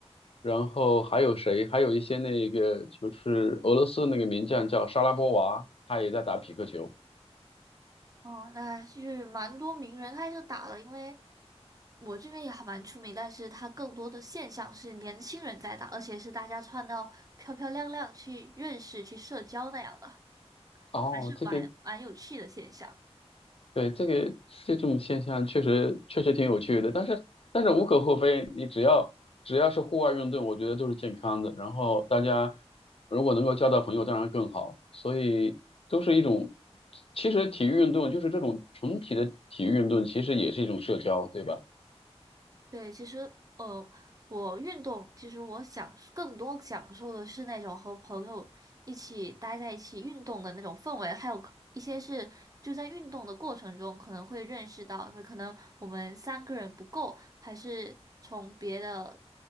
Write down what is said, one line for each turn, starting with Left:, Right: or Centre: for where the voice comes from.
Left: 然后还有谁？还有一些那个就是俄罗斯那个名将叫莎拉波娃，他也在打匹克球。
Right: 哦，那是蛮多名人开始打了，因为我这边也还蛮出名，但是它更多的现象是年轻人在打，而且是大家穿到漂漂亮亮去认识、去社交那样的，
Left: 哦，
Right: 还是蛮蛮有趣的现象。
Left: 这个对，这个这种现象确实确实挺有趣的，但是但是无可厚非，你只要只要是户外运动，我觉得都是健康的。然后大家如果能够交到朋友，当然更好。所以都是一种，其实体育运动就是这种纯体的体育运动，其实也是一种社交，对吧？
Right: 对，其实呃，我运动，其实我享更多享受的是那种和朋友一起待在一起运动的那种氛围，还有一些是就在运动的过程中可能会认识到，因为可能我们三个人不够，还是从别的